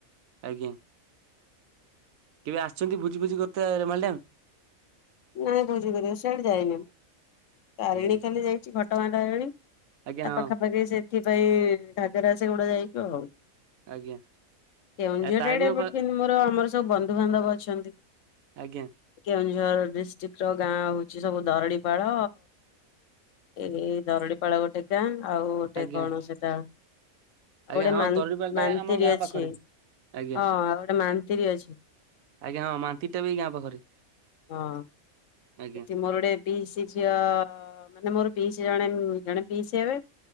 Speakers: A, on the right (about 80°); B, on the left (about 70°).
A: ଆଜ୍ଞା। କେବେ ଆସିଛନ୍ତି ଭୋଜି ଫୋଜି କରିତେ ରେମାଲ ଡ୍ୟାମ?
B: ନାଇଁ ଭୋଜି କରିବାକୁ ସିଆଡେ ଯାଇନି ମୁଁ। ତାରିଣୀ
A: ଆଜ୍ଞା
B: ଖାଲି ଯାଇଛି ଘଟଗାଁ ତାରିଣୀ
A: ଆଜ୍ଞା
B: ତା
A: ହଁ
B: ପାଖାପାଖି ସେଥିପାଇଁ ଘାଗରା ସେଗୁଡା ଯାଇଛୁ ଆଉ।
A: ଆଜ୍ଞା
B: କେଉଁଝର
A: ଆ ତାରିଣୀ
B: ଆଡ଼େ
A: ପା
B: ବଟ୍ କିନ୍ତୁ ମୋର ଆମର ସବୁ ବନ୍ଧୁବାନ୍ଧବ ଅଛନ୍ତି।
A: ଆଜ୍ଞା।
B: କେଉଁଝର ଡିଷ୍ଟ୍ରିକ୍ଟର ଗାଁ ହଉଛି ସବୁ ଦରଡିପାଳ ଏ-ଏଇ ଦରଡିପାଳ ଗୋଟେ ଗାଁ, ଆଉ ଗୋଟେ
A: ଆଜ୍ଞା
B: କଣ ସେଟା ଆଉ
A: ଆଜ୍ଞା
B: ଗୋଟେ
A: ହଁ
B: ମାନ
A: ଦରଡିପାଳ ଟା
B: ମାନତିର
A: ଆମ ଗାଁ
B: ଅଛି।
A: ପାଖରେ
B: ହଁ,
A: ଆଜ୍ଞା
B: ଆଉ ଗୋଟେ ମାନତିର ଅଛି।
A: ଆଜ୍ଞା ହଁ, ମାନତିରଟା ବି ଏ ଗାଁ ପାଖରେ।
B: ହଁ।
A: ଆଜ୍ଞା
B: ସେଠି ମୋର ଗୋଟେ ପିଇସି ଝିଅ, ମାନେ ମୋର ପିଇସି ଜଣେ ଜଣେ ପିଇସି ହେବେ